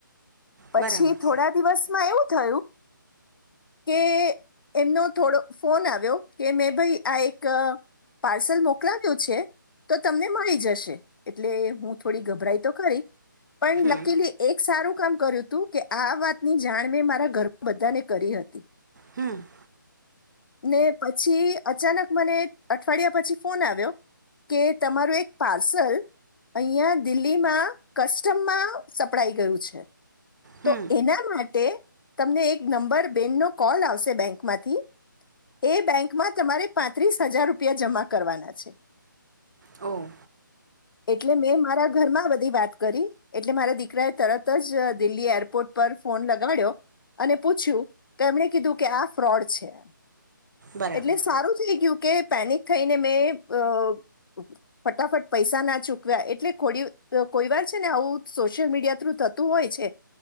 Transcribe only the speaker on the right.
બરાબર
હમ
હમ
હમ
ઓ
બરાબર